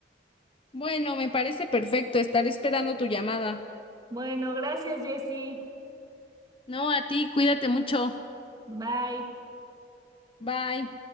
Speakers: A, on the left; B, on the right.
A: Bueno, me parece perfecto estar esperando tu llamada.
B: Bueno, gracias, Jessy.
A: No, a ti, cuídate mucho.
B: Bye.
A: Bye.